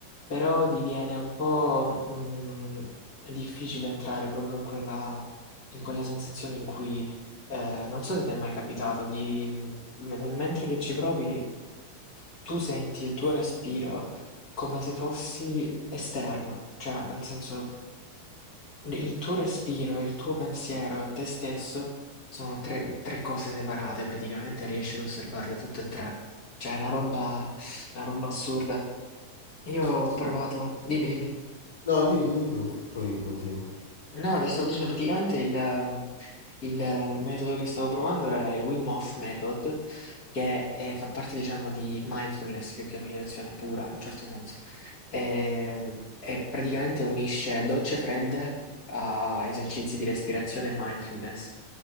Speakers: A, on the left; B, on the left.
A: però diviene un po' mm, difficile entrare proprio in quella, in quella sensazione in cui, eh, non so se ti è mai capitato, di, nel mentre che ci provi tu senti il tuo respiro come se fossi esterno, cioè nel senso l il tuo respiro e il tuo pensiero e te stesso sono tre 3 cose separate praticamente, riesci ad osservarle tutte e 3. Cioè è una roba una roba assurda. Io ho
B: Sì.
A: provato dimmi, dimmi.
B: No, dimmi, dimmi tu, poi continuo.
A: No, ti stavo dicendo praticamente il, ehm, il, eh, metodo che stavo provando era il Wim Hof Method, che è- fa parte, diciamo, di mindfulness più che meditazione pura, in un certo senso. E, e praticamente unisce docce fredde a esercizi di respirazione e mindfulness.